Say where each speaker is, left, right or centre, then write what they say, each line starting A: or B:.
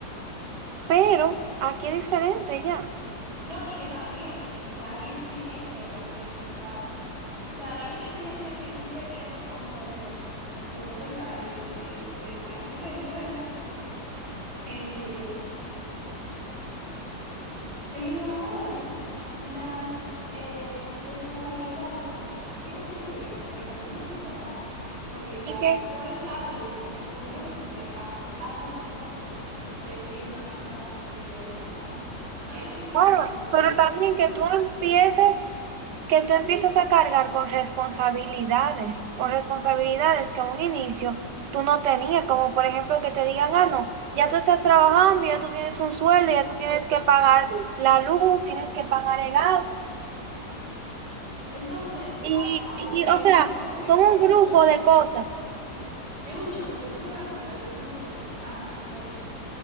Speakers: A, on the right; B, on the right.
A: Pero aquí es diferente ya.
B: No, y que también ya hay exigencia de parte de tus padres. O sea, la única exigencia que tú tenías como, como verdad, Eh, que está en el colegio era estudiar. Pero ahora las eh, responsabilidades son, tienes que estudiar, pero también tienes que trabajar, porque ya
A: Y que,
B: tú eres adulto y tú debes de aportar, algunos, no todos, te exigen aportar dinero en la casa. Hay otros que
A: claro,
B: no. Hay otros
A: pero
B: que se
A: también que tú empiezas, que tú empiezas a cargar con responsabilidades, con responsabilidades que a un inicio tú no tenías, como por ejemplo que te digan, ah, no, ya tú estás trabajando, ya tú tienes un sueldo, ya tú tienes que pagar la luz, tienes que pagar el agua.
B: Entonces,
A: Y,
B: ahí va,
A: y,
B: porque
A: y,
B: es
A: o
B: un
A: sea,
B: choque,
A: son un
B: es
A: grupo
B: un choque,
A: de cosas.
B: es un choque que tú te das cuenta que incluso, ah, espera,